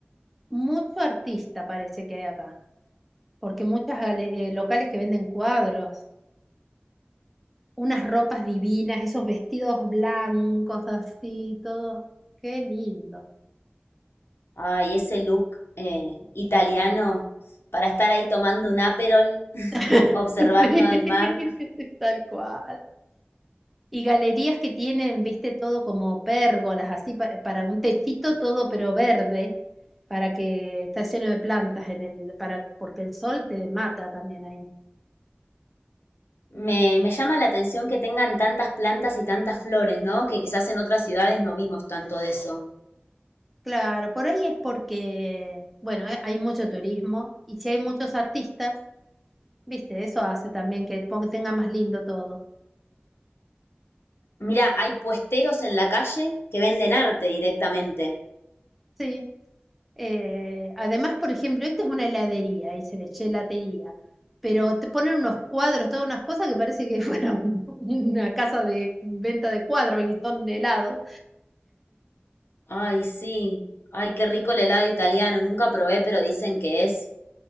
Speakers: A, in the centre; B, on the left.
A: mucho artista parece que hay acá, porque muchas gale- eh, locales que venden cuadros, unas ropas divinas, esos vestidos blancos así, todo, qué lindo.
B: Ay, ese look eh, italiano para estar ahí tomando un Aperol,
A: <laughs>
B: observando
A: Sí,
B: el mar.
A: <laughs> tal cual. y galerías que tienen, viste, todo como pérgolas, así pa- para un techito todo, pero verde, para que está lleno de plantas en el, para, porque el sol te mata también ahí.
B: Me, me llama la atención que tengan tantas plantas y tantas flores, ¿no? Que quizás en otras ciudades no vimos tanto de eso.
A: Claro, por ahí es porque, bueno, eh, hay mucho turismo y si hay muchos artistas, viste, eso hace también que pon- tenga más lindo todo.
B: Mira, hay puesteros en la calle que venden arte directamente.
A: Sí. Eh, además, por ejemplo, esta es una heladería y se le gelatería, pero te ponen unos cuadros, todas unas cosas que parece que <laughs> fuera un- una casa de venta de cuadros y son helados.
B: Ay, sí. Ay, qué rico el helado italiano. Nunca probé, pero dicen que es